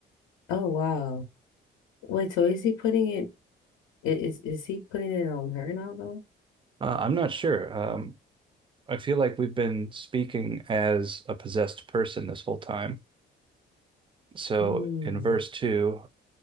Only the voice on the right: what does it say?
Uh, I'm not sure. Um, I feel like we've been speaking as a possessed person this whole time. So
in verse two,